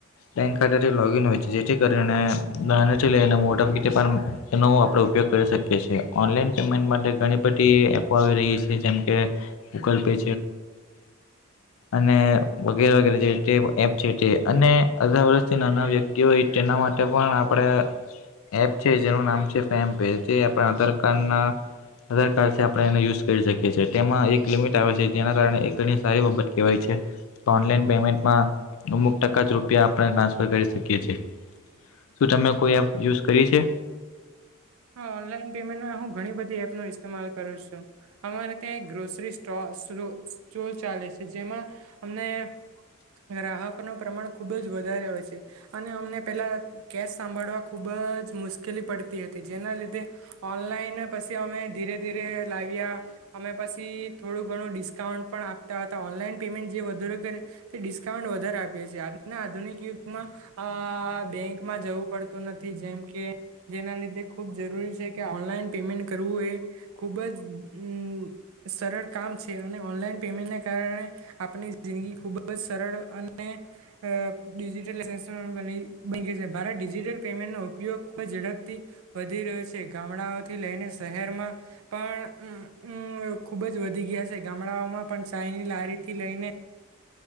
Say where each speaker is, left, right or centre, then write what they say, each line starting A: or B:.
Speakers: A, on the left (about 65°); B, on the right (about 70°).
A: બેંક ખાતાથીગન હોય છે જેથી કરીને લઈને મોટા પ પણ આપ ઉપયોગ કરી શકેી ઓનલાઈન પેમેન્ટ માટે ઘણી બધી એપો આવી રહી છે જેમકે ગૂગલ પે અને વગેરે વગે જે છે અને અધા વર્ષથી નાના વ્યક્તિ હોય જેના માટે પણ આપણે એપ છે જેનું નામ છે ફેે જે આપણા આધાર કારડ ના આધાર કાર્ડ આપણે એને યુઝ કરી શકીએ છીએ તેમાં એક લિમિટ આવે છે જેના કારણે ઘણી સારી બાબત કહેવાય છે ઓનલાઈન પેમેન્ટમાં અમુક ટકા જ રૂપિયા આપણે ટ્રાન્સફર કરી શકીએ છીએ શું તમે કોઈ એપ યુઝ કરી છે
B: હા ઓનલાઈન પેમેન્ટમાં હું ઘણી બધી એપ ન ઇતેમાલ કરું છું અમારે ત્યાં એક ગ્રોસરી સ્ટોર સ્ટોલ ચાલે છે જેમાં અમને ગ્રાહક ન પ્રમાણ ખુબ જ વધારે હોય છે અને અમને પેલા કેસ સાંભળવા ખુબ જ મુશ્કેલી પડતી હતી જેના લીધે ઓનલાઈન પછી અમે ધીરે ધીરે લાવ્યા અમે પછી થોડું ઘણું ડિસ્કાઉન્ટ પણ આપતા હતા ઓનલાઈન પેમેન્ટ જે વધારે કરે તે ડિસ્કાઉન્ટ વધારે આપીએીએ આજના આધુનિક યુગમાં અ બેંકમાં જવું પડતું નથી નથી જેમ કે જેના લીધે ખૂબ જરૂરી છે કે ઓનલાઈન પેમેન્ટ કરવું એ ખૂબ જ સરળ કામ છે અને ઓનલાઈન પેમેન્ટને કારણે આપની જિંદગી ખુબ જ સરળ અને ડિજિટની ભારત ડિજિટલ પેમેન્ટનો ઉપયોગ ખૂબ ઝડપ પરથી વધી રહ્યો છે ગામડાઓથી લઈને શહેરમાં પણમ ખુબ જ વધી ગયા હશે ગામડાઓમાં પણ સાઈની લારીથી લઈને